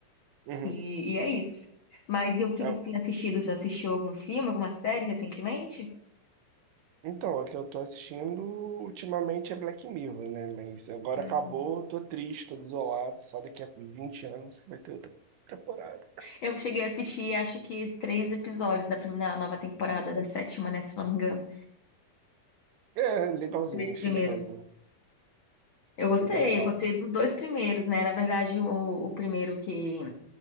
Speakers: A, on the right; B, on the left.
A: Uhum.
B: E, e é isso. Mas e o que
A: É,
B: você tem assistido? Já assistiu algum filme, alguma série recentemente?
A: Então, a que eu tô assistindo ultimamente é Black Mirror, né? Mas agora
B: Hum.
A: acabou, tô triste, tô desolado. Só daqui a 20 anos que vai ter outra temporada.
B: Eu cheguei a assistir, acho que três episódios da primeira, nova temporada, da sétima, né? Se não me engano.
A: É, legalzinho,
B: Três primeiros.
A: achei legalzinho.
B: Eu gostei,
A: Achei bem legal.
B: eu gostei dos dois primeiros, né? Na verdade, o, o primeiro que